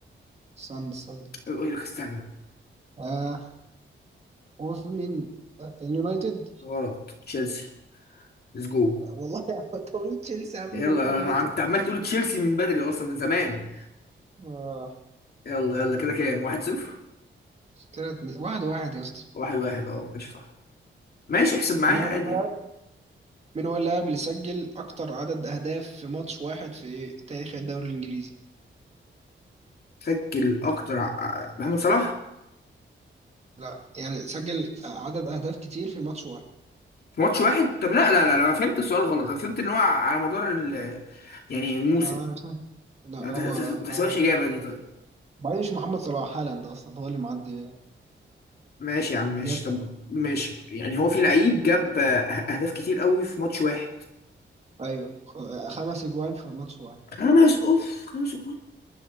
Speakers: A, on the right; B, on the left.
A: استنى استنى.
B: يقول لك استنى
A: آه هو في مين؟ آه، اليونايتد
B: غلط تشيلسي ليتس جو
A: والله توريد تشيلسي قبل
B: يلا
A: مان يونايتد
B: انا عم- انت عمال تقول تشيلسي من بدري اصلا من زمان
A: اه
B: يلا يلا كده كام واحد صفر
A: كده اتنين- واحد واحد يا اسطى
B: واحد واحد اه ماشي صح ماشي احسب معايا
A: مين
B: عادي
A: هو اللاعب
B: يعني
A: مين هو اللاعب اللي سجل اكتر عدد اهداف في ماتش واحد في تاريخ الدوري الانجليزي
B: سجل اكتر ع- ع- محمد صلاح
A: لا يعني سجل عدد اهداف كتير في ماتش واحد
B: في ماتش واحد طب لا لا لا لا، انا فهمت السؤال غلط انا فهمت ان هو على مدار ال يعني الموسم
A: ما- لا
B: ما
A: هو
B: تح- تح-
A: هو-
B: تحسبهاش اجابه دي طيب
A: بعدين مش محمد صلاح هالاند اصلا هو اللي معدي
B: ماشي يا عم ماشي
A: جاب
B: طب ماشي يعني هو في لعيب جاب آه، اهداف كتير قوي في ماتش واحد
A: ايوه خ- خمس اجوان في ماتش واحد
B: خمس اوف خمس جول